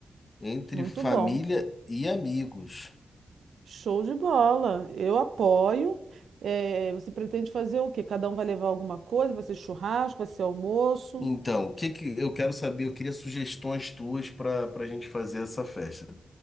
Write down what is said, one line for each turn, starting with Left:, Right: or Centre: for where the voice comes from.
Left: entre
Right: muito
Left: família
Right: bom.
Left: e amigos.
Right: Show de bola. Eu apoio. Eh, você pretende fazer o quê? Cada um vai levar alguma coisa? Vai ser churrasco? Vai ser almoço?
Left: Então, o que que eu quero saber, eu queria sugestões tuas para para a gente fazer essa festa.